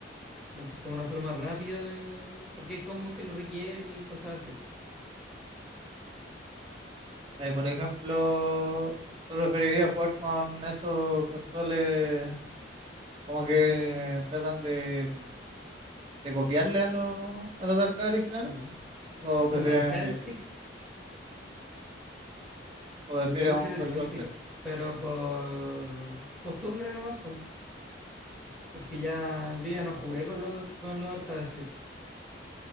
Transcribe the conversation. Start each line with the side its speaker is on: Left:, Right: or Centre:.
Centre: Entonces, como una forma rápida de. Porque hay combos que lo requieren y cosas así.
Right: Ahí, por ejemplo, ¿tú preferirías jugar con esos controles como que tratan de, de copiarle a los, a los de arcade originales?
Centre: ¿ya?
Right: ¿O
Centre: Uh,
Right: prefieren
Centre: un arcade
Right: joystick?
Centre: stick,
Right: ¿O prefieren
Centre: yo prefiero
Right: un
Centre: el
Right: control
Centre: joystick,
Right: clásico?
Centre: pero por costumbre nomás, pues. Porque ya yo ya no jugué con los, con los arcade stick